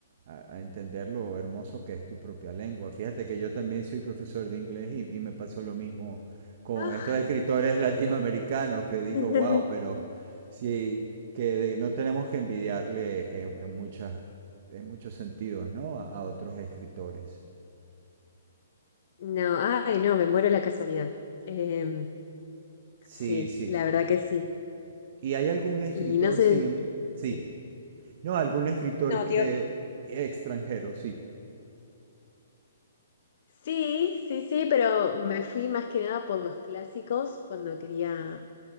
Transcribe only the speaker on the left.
Ah,
<laughs>
No, ay, no, me muero la casualidad. Eh,
sí,
la verdad que sí.
Y no sé,
sí.
No, tío.
Sí, sí, sí, pero me fui más que nada por los clásicos cuando quería